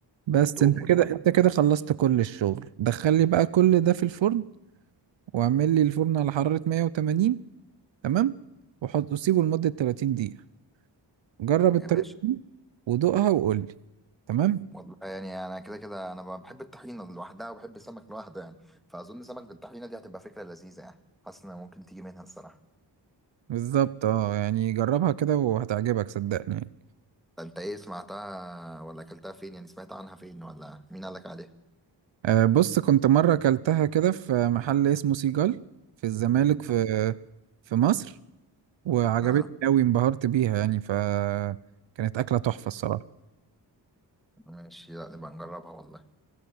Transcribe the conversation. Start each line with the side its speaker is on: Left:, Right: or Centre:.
Right: بس
Centre: والثوم
Right: انت
Centre: والميه
Right: كده انت كده خلصت كل الشغل دخل لي بقى كل ده في الفرن واعمل لي الفرن على حرارة 180 تمام وحط وسيبه لمدة 30 دقيقة جرب الطريقة
Centre: يا باشا
Right: دي ودوقها وقول لي تمام
Centre: والله يعني انا كده كده انا بحب الطحينه لوحدها وبحب السمك لوحده يعني فاظن سمك بالطحينه دي هتبقى فكره لذيذه يعني حاسس انها ممكن تيجي منها الصراحه
Right: بالظبط اه يعني جربها كده وهتعجبك صدقني يعني
Centre: ده انت ايه سمعتها ولا اكلتها فين يعني سمعت عنها فين ولا مين قالك عليها
Right: آه، بص كنت مرة أكلتها كده في محل اسمه سيجال في الزمالك في
Centre: اه
Right: في مصر وعجبتني
Centre: آه،
Right: أوي انبهرت بيها يعني فكانت أكلة تحفة الصراحة
Centre: ماشي لا نبقى نجربها والله